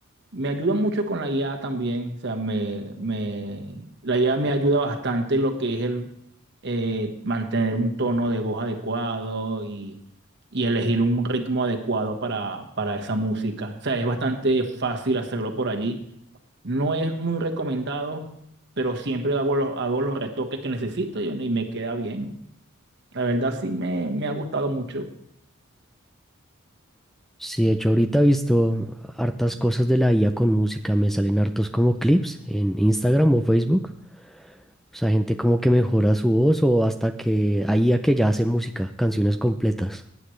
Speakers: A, on the right; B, in the centre.
A: Me ayuda mucho con la IA también. O sea, me, me, la IA me ayuda bastante en lo que es el eh, mantener un tono de voz adecuado y, y elegir un ritmo adecuado para, para esa música. O sea, es bastante fácil hacerlo por allí. No es muy recomendado, pero siempre hago los, hago los retoques que necesito y, bueno, y me queda bien. La verdad, sí me, me ha gustado mucho.
B: Sí, de hecho, ahorita he visto hartas cosas de la IA con música, me salen hartos como clips en Instagram o Facebook. O sea, gente como que mejora su voz o hasta que hay I a que ya hace música, canciones completas.